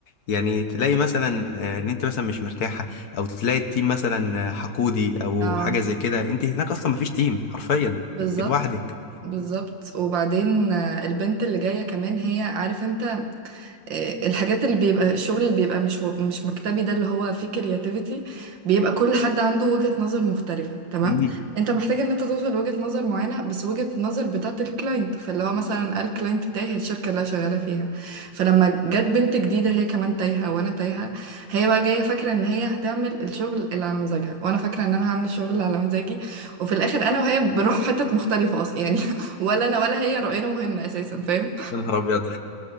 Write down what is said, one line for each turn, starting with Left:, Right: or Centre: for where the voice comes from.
Left: يعني تلاقي مثلا آه، ان انت مثلا مش مرتاحه او تلاقي التيم مثلا آه، حقودي او
Right: اه
Left: حاجه زي كده انت هناك اصلا مفيش تيم حرفيا
Right: بالظبط
Left: انت لوحدك
Right: بالظبط وبعدين آه، البنت اللي جاية كمان هي عارف انت آه، الحاجات اللي بيبقى الشغل اللي بيبقى مش و- مش مكتبي ده اللي هو فيه كرياتيفيتي بيبقى كل حد عنده وجهة نظر مختلفة تمام
Left: مم.
Right: انت محتاج ان انت توصل لوجهة نظر معينة بس وجهة النظر بتاعت الكلاينت فاللي هو مثلا قال الكلاينت بتاعي هي الشركة اللي انا شغالة فيها فلما جت بنت جديدة هي كمان تايهة وانا تايهة هي بقى جاية فاكرة ان هي هتعمل الشغل اللي على مزاجها وانا فاكرة ان انا هعمل الشغل اللي على مزاجي وفي الاخر انا وهي بنروح حتت مختلفة اصلا يعني <laughs> ولا انا ولا هي رأينا مهم اساسا فاهم
Left: يا نهار ابيض